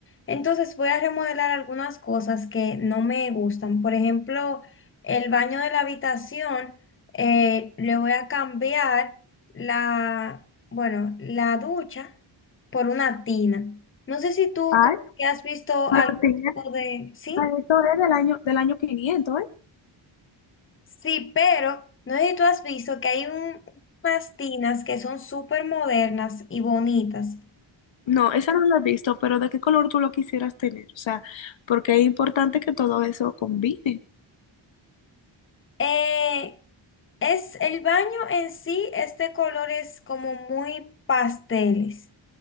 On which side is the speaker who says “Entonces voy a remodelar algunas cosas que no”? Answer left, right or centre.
Left